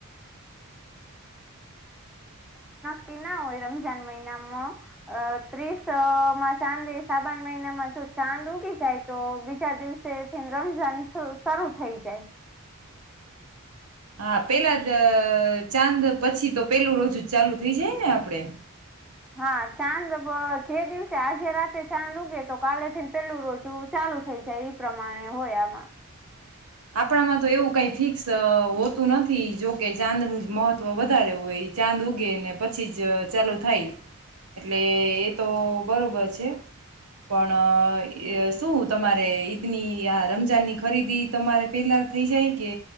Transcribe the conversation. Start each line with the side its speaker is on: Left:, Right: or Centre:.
Centre: બાકી ના હોય રમજાન મહિનામાં ત્રીસમાં ચાંદ સાબણ મહિનામાં જો ચાંદ ઉગી જાય તો બીજા દિવસે થી રમજાન શરૂ થઈ જાય.
Right: હા પેલા જ ચાંદ પછી તો પેલું રોજ જ ચાલુ થઇ જાય ને આપડે,
Centre: હા ચાંદ જે દિવસે આજે રાતે ચાંદ ઉગે તો કાલેથીને પેલું રોજુ ચાલુ થઇ જાય ઈ પ્રમાણે હોય આમાં
Right: આપણામાં તો એવું કઈ ફિક્સ હોતું નથી જોકે ચાંદનું જ મહત્વ વધારે હોય ચાંદ ઉગે ને પછી જ ચાલુ થાય એટલે એ તો બરોબર છે. પણ, શું તમારે ઈદ ની આ રમજાન ની ખરીદી તમારે પેલા થઈ જાય કે